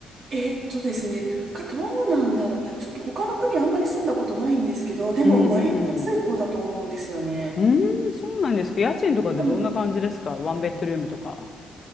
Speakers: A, on the right; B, on the left.
A: えーっとですね、物価どうなんだろう。ちょっと他の国あんまり住んだことないんですけど、でも割と安い方だと思うんですよね。
B: うん、うん。うん、そうなんですか。家賃とかでどんな感じですか、
A: 多分、
B: ワンベッドルームとか。